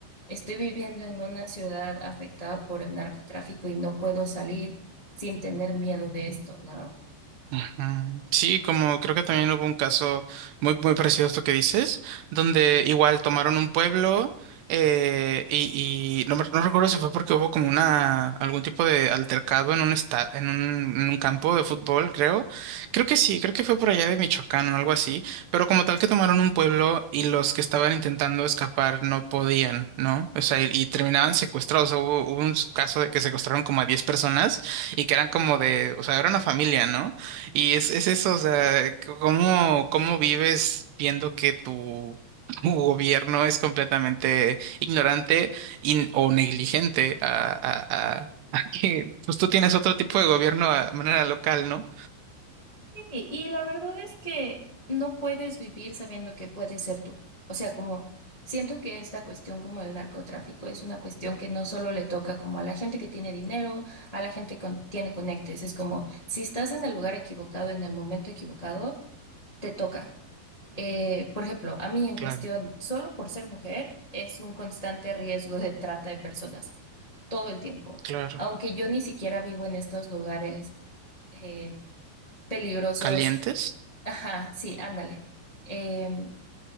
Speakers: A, on the left (about 55°); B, on the right (about 75°).
A: estoy viviendo en una ciudad afectada por el narcotráfico y no puedo salir sin tener miedo de esto, ¿no?
B: Ujú. Sí, como creo que también hubo un caso muy, muy parecido a esto que dices, donde igual tomaron un pueblo eh, y, y no, me- no recuerdo si fue porque hubo como una algún tipo de altercado en un, esta- en un en un campo de fútbol, creo. Creo que sí, creo que fue por allá de Michoacán o algo así, pero como tal que tomaron un pueblo y los que estaban intentando escapar no podían, ¿no? O sea, y, y terminaban secuestrados. O sea, hubo, hubo un caso de que secuestraron como a 10 personas y que eran como de, o sea, era una familia, ¿no? Y es, es eso, o sea, ¿cómo, cómo vives viendo que tu, <laughs> tu gobierno es completamente ignorante y- o negligente a, a, a- <laughs> a que pues tú tienes otro tipo de gobierno a manera local, ¿no?
A: Y, y la verdad es que no puedes vivir sabiendo que puedes ser tú. O sea, como siento que esta cuestión como el narcotráfico es una cuestión que no solo le toca como a la gente que tiene dinero, a la gente que tiene conectes. Es como si estás en el lugar equivocado, en el momento equivocado, te toca. Eh, por ejemplo, a mí en
B: Claro,
A: cuestión, solo por ser mujer, es un constante riesgo de trata de personas, todo el tiempo.
B: claro.
A: Aunque yo ni siquiera vivo en estos lugares eh, peligrosos
B: ¿Calientes?
A: Ajá, sí, ándale. Em,